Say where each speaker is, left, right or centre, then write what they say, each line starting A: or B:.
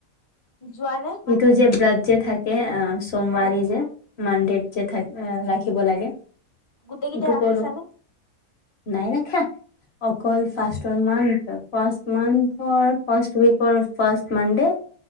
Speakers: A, on the left; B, on the left.
A: যোৱা নে
B: সেইটো যে ব্ৰাত যে থাকে, আ সোমবাৰে
A: অ
B: যে মানডেড যে থাকে, আ, ৰাখিব লাগে
A: গোটেইকেইটা
B: ইটো
A: ৰাখিছানে?
B: কৰো নাই ৰাখা অকল ফাৰ্ষ্টৰ মান্থ, ফাৰ্ষ্ট মান্থৰ, ফাৰ্ষ্ট উইকৰ, ফাৰ্ষ্ট মানডে,